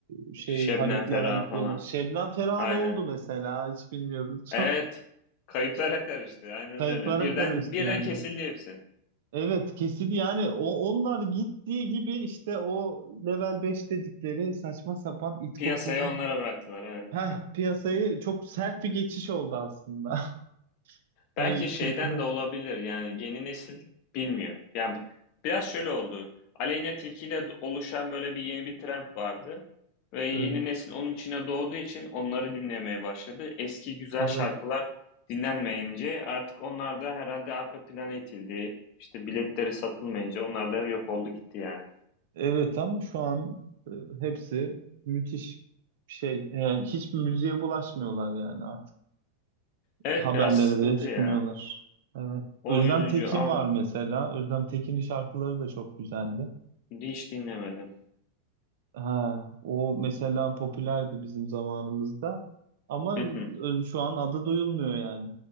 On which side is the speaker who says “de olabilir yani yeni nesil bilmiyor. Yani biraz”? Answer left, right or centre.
Left